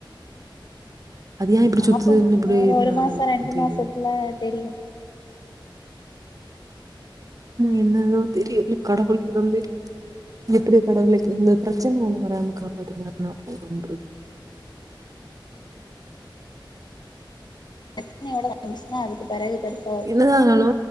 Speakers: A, on the right; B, on the left.
A: அது ஏன் இப்படி
B: பாப்போம்
A: சுத்துதுன்னு
B: இன்னு
A: இப்படி
B: ஒரு ஒரு
A: ம்,
B: மாச ரெண்டு
A: தெரியும்
B: மாசத்துல தெரியு
A: என்னதோ தெரியல்ல கடவுளுக் வந்து எப்படியோ கடவுளே இந்த பிரச்சன ஒண்ணு வராம காப்பாத்துனார்னா போதும்ன்று
B: <unintelligible> சுன்னா அதுக்கு பெறகு படுத்
A: என்னதாங் வேணு